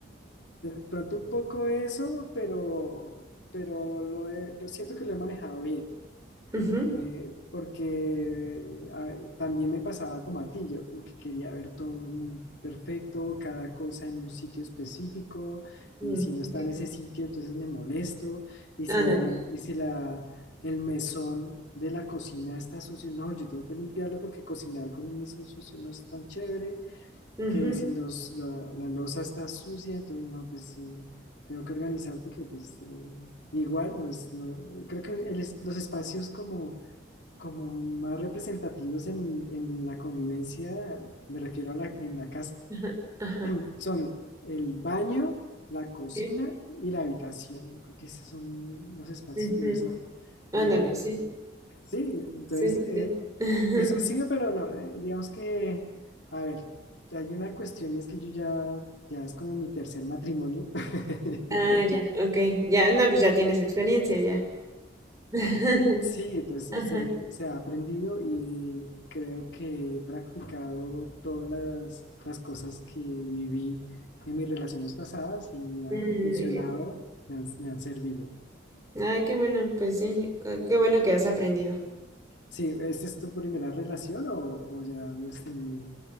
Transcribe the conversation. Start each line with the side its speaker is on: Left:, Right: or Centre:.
Left: De pronto un poco eso, pero, pero lo he- lo siento que lo he manejado bien.
Right: Ujú.
Left: eh, porque a- también me pasaba como a ti, yo como que quería ver todo muy perfecto, cada cosa en un sitio específico,
Right: Mm,
Left: y si no
Right: ok.
Left: está en ese sitio, entonces me molesto, y
Right: Ándale.
Left: si, y si la, el mesón de la cocina está sucio, no, yo tengo que limpiarlo porque cocinar con un mesón sucio no es tan chévere,
Right: Ujú,
Left: que si los, la, la loza está sucia, entonces no, pues... eh, Tengo que organizar porque pues eh, igual, no es- no- creo que el es- los espacios como como más representativos en, en la convivencia, me refiero a la, en la casa,
Right: Ajá. Ajá.
Left: <clears throat> son el baño, la cocina
Right: Ok.
Left: y la habitación. Yo creo que esos son los espacios
Right: Ujú.
Left: que uno dice,
Right: Ándale,
Left: no, eh,
Right: sí.
Left: sí, entonces
Right: Sí, sí,
Left: eh,
Right: sí. <laughs>
Left: eso sí, pero no, eh, digamos que, a ver, hay una cuestión y es que yo ya, ya es como mi tercer matrimonio. <laughs>
Right: Ah, ya, ok. Ya, no, pues ya tienes experiencia, ya. <laughs>
Left: Sí, entonces
Right: Ajá.
Left: se, se ha aprendido y creo que he practicado todas las, las cosas que viví en mis relaciones pasadas y me
Right: Mm,
Left: han funcionado,
Right: muy bien.
Left: me han, me han servido.
Right: Ay, qué bueno, pues sí, qué qué bueno que has aprendido.
Left: Sí, ¿esta es tu primera relación o, o ya habías tenido?